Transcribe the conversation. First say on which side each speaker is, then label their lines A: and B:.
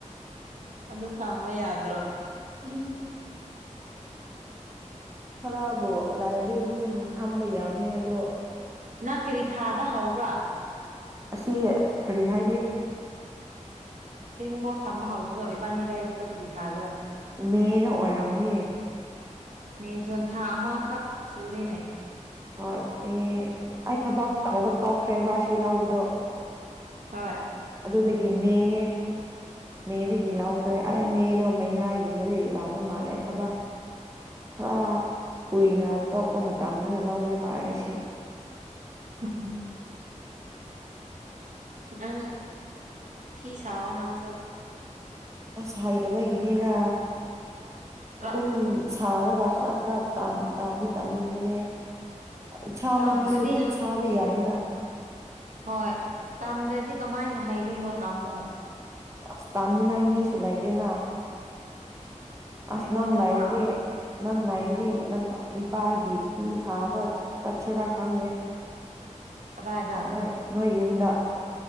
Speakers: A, on the right (about 80°); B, on the right (about 25°).
A: ꯑꯗꯨ ꯊꯝꯕ ꯌꯥꯗ꯭ꯔꯣ
B: <unintelligible> ꯈꯔꯕꯨ ꯂꯥꯏꯔꯗꯤ ꯑꯗꯨꯝ ꯊꯝꯕ ꯌꯥꯕꯅꯦ ꯑꯗꯣ
A: ꯅꯪ ꯀꯔꯤ ꯊꯥꯗ ꯍꯧꯕ꯭ꯔꯥ
B: ꯑꯁꯤ ꯀꯔꯤ ꯍꯥꯏꯔꯤ
A: ꯁꯦꯕꯤꯡ ꯕꯣꯛꯁ ꯊꯝꯕ ꯍꯧꯕꯗꯣ ꯏꯕꯥꯅꯤ ꯂꯥꯏꯕꯗꯣ ꯀꯔꯤ ꯊꯥꯗ꯭ꯔꯥ
B: ꯃꯦꯗ ꯑꯣꯏꯔꯝꯅꯤ
A: ꯃꯦ ꯖꯣꯟ ꯊꯥ ꯑꯃꯈꯛ ꯁꯨꯔꯦꯅꯦ
B: ꯍꯣꯏ ꯑꯦ ꯑꯩ ꯊꯕꯥꯛ ꯇꯧꯕ ꯇꯣꯛꯈ꯭ꯔꯦꯕ ꯁꯤ ꯂꯥꯎꯕꯗꯣ
A: ꯍꯣꯏ
B: ꯑꯗꯨꯗꯒꯤ ꯃꯦꯅꯦ ꯃꯦꯗꯒꯤ ꯂꯥꯎꯈ꯭ꯔꯦ ꯑꯩ ꯃꯦꯗꯣ ꯃꯌꯥꯏꯒꯨꯝꯕꯗꯒꯤ ꯂꯥꯎꯕ ꯃꯥꯜꯂꯦ ꯊꯕꯛ ꯈꯔ ꯀꯨꯏꯅ ꯇꯣꯞꯄ ꯃꯇꯝꯗꯨꯅ ꯂꯧꯋꯦꯕ ꯑꯩꯁꯤ
A: ꯎꯝ ꯅꯪ ꯐꯤ ꯁꯥꯑꯣ ꯅꯪꯁꯨ
B: ꯑꯁ ꯍꯥꯏꯗꯕꯒꯤꯅꯤꯗ
A: ꯇ꯭ꯔ
B: ꯑꯗꯨꯝ ꯁꯔ ꯈꯔ ꯈꯔ ꯇꯥꯟꯗꯤ ꯇꯥꯅꯤꯡꯕꯅꯦ ꯏꯁꯥꯃꯛꯀꯤꯁꯨ
A: ꯇꯝꯔꯗꯤ
B: ꯑꯗꯨꯝ ꯁꯥꯕ ꯌꯥꯏꯅ
A: ꯍꯣꯏ ꯇꯝꯗ꯭ꯔꯗꯤ ꯀꯃꯥꯏꯅ ꯍꯥꯏꯗꯣꯏꯅꯣ ꯇꯥꯝꯃꯣ
B: ꯑꯁ ꯇꯥꯝꯃꯤꯉꯥꯏ ꯃꯤꯁꯨ ꯂꯩꯥꯏꯇꯅ ꯑꯁ
A: ꯑꯩꯉꯣꯟꯗ
B: ꯅꯪ ꯂꯥꯏꯔꯗꯤ
A: ꯂꯥꯛꯑꯣ
B: ꯅꯪ ꯂꯥꯏꯗꯤ ꯗꯤ ꯅꯪ ꯅꯨꯄꯥꯒꯤ ꯐꯤ ꯁꯥꯕ ꯆꯠꯁꯤꯔꯥ ꯈꯪꯗꯦ
A: ꯀꯗꯥꯏꯗ
B: ꯅꯣꯏ ꯅꯣꯏ ꯌꯨꯝꯗ